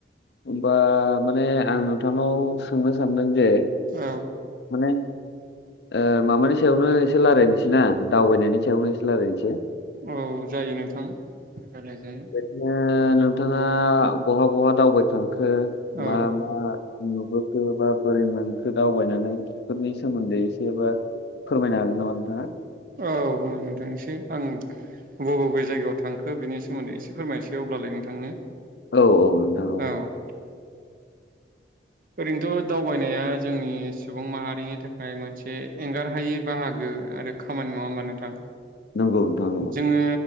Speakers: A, on the left; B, on the right.
A: होनबा माने आं नोंथांनाव सोंनो सानदों जे
B: औ
A: माने ओ माबानि सायावनो एसे रायलायनोसैना दावबायनायनि सायावनो एसे रालायनोसै।
B: औ जायो नोंथां रायलाय जायो।
A: बिदिनो नोंथाङा बहा बहा दावबायखांखो
B: औ
A: मा मा नुबोखो बा बोरै मोनखो दावबायनानै बेफोरनि सोमोन्दै एसे बा फोरमायनो हागोन नामा नोंथाङा?
B: औ ओं नोंथां एसे आं बबे बबे जायगायाव थांखो बिनि सोमोन्दै एसे फोरमायसैयो अब्लालाय नोंथांनो।
A: औ औ नोंथां औ।
B: औ। ओरैनोथ' दावबायनाया जोंनि सुबुं माहारिनि थाखाय मोनसे एंगार हायै बाहागो आरो खामानि नङा होमबा नोंथां?
A: नंगौ नोंथां नंगौ
B: जोङो